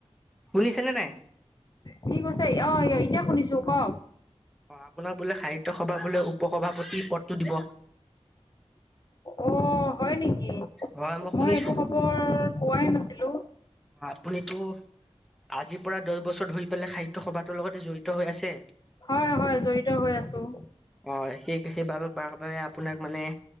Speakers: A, in the centre; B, on the left.
A: শুনিছেনে নাই?
B: ঠিক কছে অ অ এতিয়া শুনিছো, কওক?
A: অ আপোনাক বোলে সাহিত্য সভা বোলে উপ সভাপতি পদটো দিব।
B: অঁ, হয় নেকি?
A: হয়
B: মই
A: শুনিছো।
B: এইটো খবৰ পোৱাই নাছিলো।
A: হয়, আপুনিতো আজিৰ পৰা দছ বছৰ ধৰি পেলাই সাহিত্য সভাতৰ লগতে জড়িত হৈ আছে।
B: হয়। হয়। জড়িত হৈ আছোঁ।
A: অ, সেই সেইবাৰ <unintelligible> আপোনাক মানে